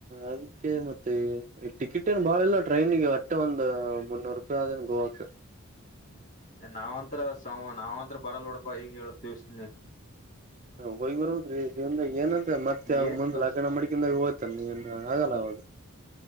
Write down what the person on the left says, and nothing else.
ನಾವ್ಂತ್ರ ಸ ನಾವಂತ್ರ ಬರಲ್ಲ ನೋಡಪ್ಪಾ ಈಗ ಹೇಳಿವ
ಏನ್